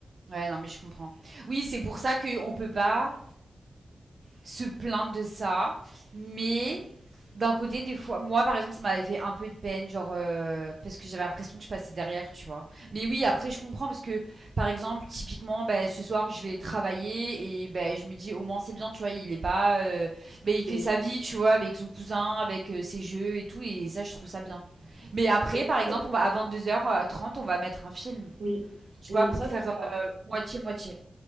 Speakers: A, on the right (about 50°); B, on the right (about 75°).
A: Ouais, non, mais je comprends. Oui, c'est pour ça qu'on peut pas. se plaindre de ça, mais d'un côté, des fois, moi par exemple, ça m'avait fait un peu de peine, genre euh, parce que j'avais l'impression que je passais derrière, tu vois. Mais oui, après, je comprends parce que, par exemple, typiquement, bah, ce soir, je vais travailler et bah, je me dis au moins c'est bien, tu vois, il est pas, euh, bah, il fait
B: Et
A: sa vie, tu vois, avec son cousin, avec euh, ses jeux et tout, et ça, je trouve ça bien. Mais après,
B: est-ce
A: par exemple,
B: que-
A: on va à 22h30, on va mettre un film,
B: Oui,
A: tu
B: oui,
A: vois, pour
B: ça
A: faire
B: c'est
A: euh,
B: bien.
A: moitié moitié,